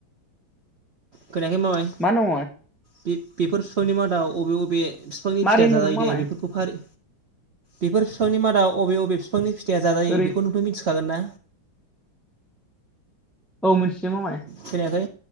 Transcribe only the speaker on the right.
खोनायाखै मामाय?
बे बेफोर फिफांनि मादाव बबे बबे फिफांनि
फिथाइया
जाजायो
दे बेफोरखौ फारि बेफोर फिफांनि मादाव बबे बबे फिफांनि फिथाइया जाजायो
बेखौ नोंथ' मिथि खागोन ना
खोनायाखै